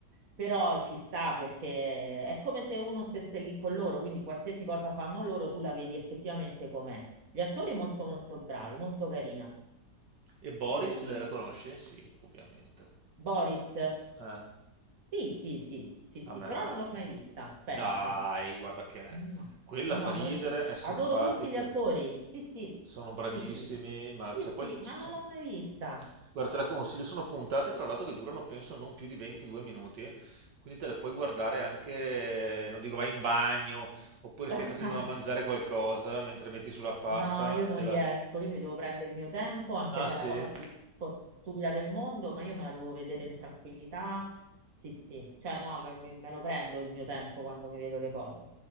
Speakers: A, on the right (about 55°); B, on the right (about 80°).
A: però ci sta perché è come se uno stesse lì con loro, quindi qualsiasi cosa fanno loro tu la vedi effettivamente com'è. Gli attori molto molto bravi, molto carina,
B: E Boris,
A: devo dire.
B: la la conosci? Sì, ovviamente.
A: Boris,
B: Eh,
A: sì, sì, sì, sì, sì,
B: A me...
A: però non l'ho mai
B: cioè.
A: vista, pensa.
B: Dai, guarda che...
A: No,
B: Quella
A: no,
B: fa ridere,
A: non l'ho vista.
B: è simpatica,
A: Adoro tutti gli attori, sì, sì,
B: sono bravissimi,
A: tutti.
B: ma
A: Sì,
B: cioè,
A: sì,
B: poi... son-
A: ma non l'ho mai vista.
B: Guarda, te la consiglio, sono puntate tra l'altro che durano penso non più di 22 minuti, quindi te le puoi guardare anche, non dico vai in bagno, oppure stai
A: <laughs>
B: facendo da mangiare qualcosa mentre metti sulla pasta,
A: No, io non
B: te
A: riesco,
B: la...
A: io mi devo prendere il mio tempo, anche
B: Ah
A: se
B: sì?
A: è la cosa più stu- stupida del mondo, ma io me la devo vedere in tranquillità. Sì, sì, cioè no, me, me- me lo prendo il mio tempo quando mi vedo le cose.